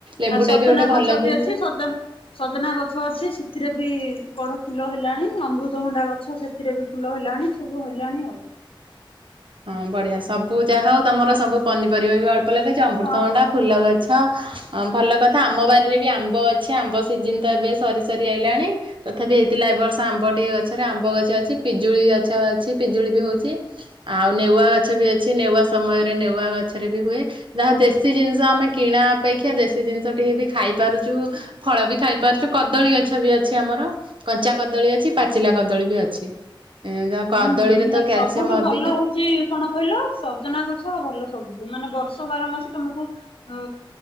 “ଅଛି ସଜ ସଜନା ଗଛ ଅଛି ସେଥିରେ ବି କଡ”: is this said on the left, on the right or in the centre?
Left